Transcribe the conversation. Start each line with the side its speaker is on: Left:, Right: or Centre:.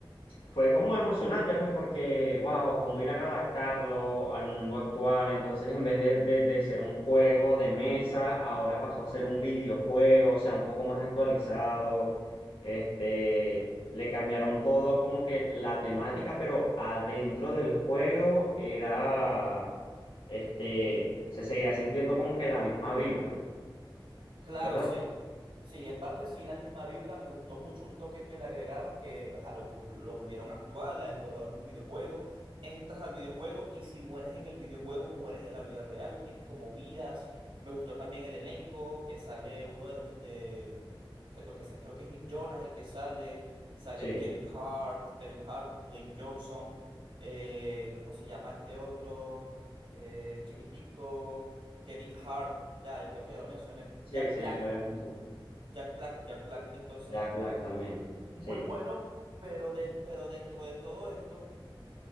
Left: fue como emocionante, pues, porque, wow, cómo irán a adaptarlo al mundo actual. Entonces, en vez de, de- de ser un juego de mesa, ahora pasó a ser un videojuego, o sea, un poco más actualizado. Este, le cambiaron todo, como que la temática, pero adentro del juego era, este, se seguía sintiendo como que la misma vibra,
Right: Claro,
Left: ¿verdad?
Right: sí. Sí, en parte sí, la misma vibra. Me gustó mucho un toque que le agregaron, que ajá, lo, vol- lo volvieron actual. es- Ahora es un videojuego. Entras al videojuego y si mueres en el videojuego, mueres en la vida real. Tienes como vidas. Me gustó también el elenco, que sale uno de los de. o sea, creo que, sa- creo que es Nick Jonas el que sale. Sale
Left: Sí,
Right: Kevin Hart, Kevin Hart, Dwayne Johnson. eh, ¿cómo se llama este otro? Eh, el chiquitico. Kevin Hart, ya creo que ya lo mencioné.
Left: sí,
Right: Jack
Left: sí,
Right: Black,
Left: ya lo habías mencionado.
Right: Jack Black, Jack Black. Entonces,
Left: Jack Black también,
Right: muy
Left: sí,
Right: bueno, pero, de, pero dentro de todo esto,